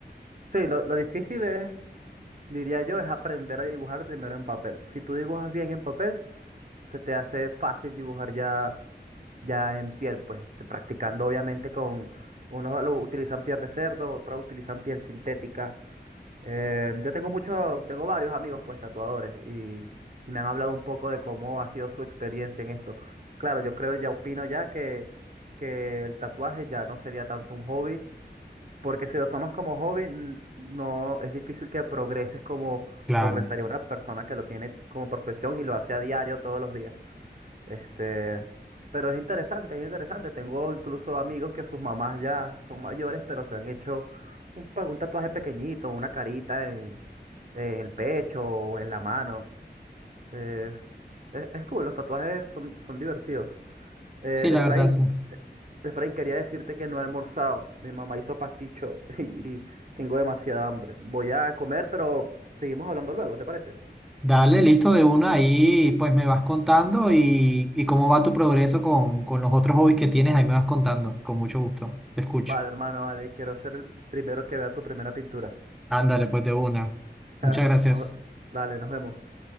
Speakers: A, on the right; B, in the centre.
A: Sí, lo, lo difícil es, diría yo, es aprender a dibujar primero en papel. Si tú dibujas bien en papel, se te hace fácil dibujar ya, ya en piel, pues te- practicando obviamente con, unos lo utilizan piel de cerdo, otros utilizan piel sintética. Eh, yo tengo muchos, tengo varios amigos pues tatuadores y, y me han hablado un poco de cómo ha sido su experiencia en esto. Claro, yo creo, ya opino ya que, que el tatuaje ya no sería tanto un hobby, porque si lo tomas como hobby, n- no es difícil que progreses como
B: Claro,
A: progresaría una persona que lo tiene como profesión y lo hace a diario todos los días. Este, pero es interesante, es interesante. Tengo incluso amigos que sus mamás ya son mayores, pero se han hecho un, pa- un tatuaje pequeñito, una carita en, en el pecho o en la mano. Eh, es, es cool, los tatuajes son, son divertidos. Eh,
B: sí, la
A: Efraín,
B: verdad, sí.
A: Efraín, quería decirte que no he almorzado. Mi mamá hizo pasticho <laughs> y, tengo demasiada hambre. Voy a comer, pero seguimos hablando luego, ¿te parece?
B: Dale, listo de una ahí, pues me vas contando y, y cómo va tu progreso con, con los otros hobbies que tienes, ahí me vas contando, con mucho gusto, te escucho.
A: Vale, hermano, vale, quiero ser el primero que vea tu primera pintura.
B: Ándale, pues de una. Muchas
A: <laughs>
B: gracias.
A: Nos- dale, nos vemos.